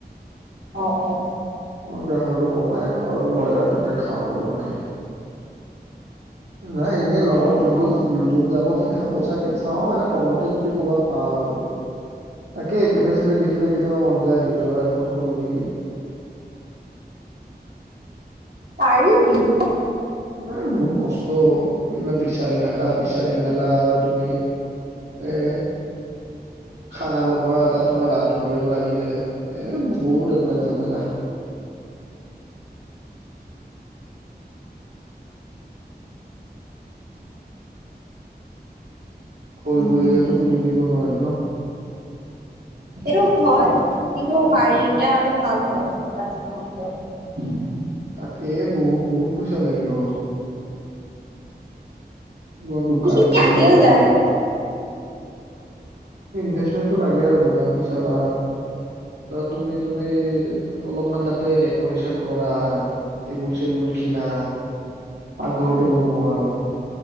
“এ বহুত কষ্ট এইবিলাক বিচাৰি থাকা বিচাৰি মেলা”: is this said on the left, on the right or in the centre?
Right